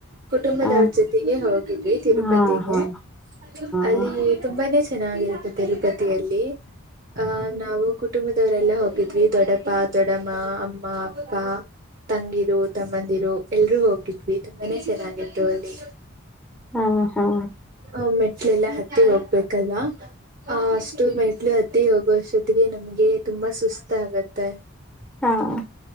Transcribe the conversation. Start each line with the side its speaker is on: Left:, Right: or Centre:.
Right: ಕುಟುಂಬದವ್ರ
Centre: ಹಾ
Right: ಜೊತೆಗೇ ಹೋಗಿದ್ವಿ ತಿರುಪತಿಗೆ
Centre: ಹಾ ಹಾ
Right: ಅಲ್ಲಿ
Centre: ಹಾ
Right: ತುಂಬಾನೇ ಚೆನ್ನಾಗಿರುತ್ತೆ ತಿರುಪತಿಯಲ್ಲಿ ಅಹ ನಾವು ಕುಟುಂಬದವರೆಲ್ಲಾ ಹೋಗಿದ್ವಿ ದೊಡ್ಡಪ ದೊಡ್ಡಮ್ಮ ಅಮ್ಮ ಅಪ್ಪ ತಂಗಿರು ತಮ್ಮಂದಿರು ಎಲ್ರೂ ಹೋಗಿದ್ವಿ ತುಂಬಾನೇ ಚೆನ್ನಾಗಿತ್ತು ಅಲ್ಲಿ
Centre: ಹಾ ಹಾ ಹಾ
Right: ಒಮ್ಮೆ ಅಲೆಲ್ಲಾ ಹತ್ತಿ ಹೋಗ್ಬೇಕಲ್ವಾ ಆ ಅಷ್ಟುರ್ ಮೈ ಮೆಟ್ಲು ಅತ್ತಿ ಹೋಗುವಷ್ಟೊತ್ತಿಗೆ ನಮ್ಗೆ ತುಂಬಾ ಸುಸ್ತ ಆಗತ್ತೆ
Centre: ಹಾ ಹಾ